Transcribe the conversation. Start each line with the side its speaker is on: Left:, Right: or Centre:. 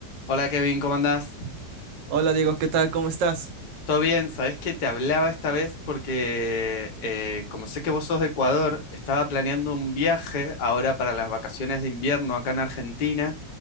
Left: Hola Kevin, ¿cómo andás?
Right: Hola Diego, ¿qué tal? ¿Cómo estás?
Left: ¿Todo bien? Sabés que te hablaba esta vez porque eh, como sé que vos sos de Ecuador, estaba planeando un viaje ahora para las vacaciones de invierno acá en Argentina,